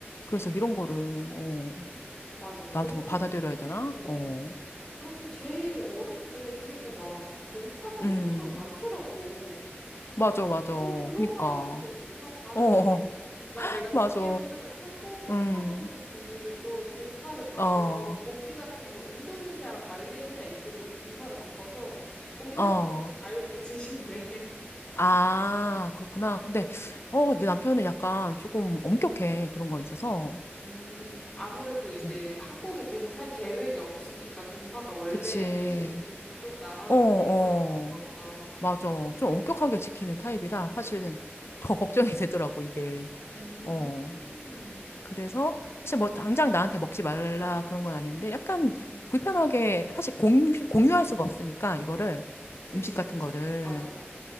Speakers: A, on the left; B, on the left.
A: 그래서 이런 거를, 어,
B: 맞아. 그런
A: 나도
B: 게
A: 받아들여야
B: 조금,
A: 되나?
B: 어,
A: 어.
B: 그런 게 제일 어렵기도 해. 그리고 막 종파도
A: 음,
B: 엄청 많더라고.
A: 맞아, 맞아.
B: 그래서 그것마다
A: 그니까.
B: 조금씩 다 다르대.
A: 어, 어, <laughs>
B: 나 내가
A: 맞아.
B: 듣기로는 한국
A: 음,
B: 사시는 분들은 또 종파를 바꿔서
A: 어, 어,
B: 고기 같은 거 인도네시아랑 말레이시아 이쪽으로 종파를 바꿔서 고기
A: 어.
B: 같은 거 좀 자유롭게 드신대.
A: 아, 그렇구나.
B: <laughs> 응응응응.
A: 근데, 어, 내 남편은 약간 조금 엄격해. 그런 거에 있어서.
B: 음, 아무래도 이제
A: 어,
B: 한국에 계속 살 계획이 없으니까 종파가 원래
A: 그치.
B: 계신 그쪽 나라로
A: 어, 어.
B: 돼 있어서 그런가 보다.
A: 맞아. 좀 엄격하게 지키는 타입이라 사실은 더 <laughs> 걱정이 되더라고, 이게.
B: 음,
A: 어. 그래서 사실 뭐 당장 나한테 먹지 말라 그런 건 아닌데 약간
B: 음, 음.
A: 불편하게 사실 공, 공유할 수가 없으니까 이거를
B: 그치,
A: 음식 같은
B: 그치.
A: 거를
B: 맞아.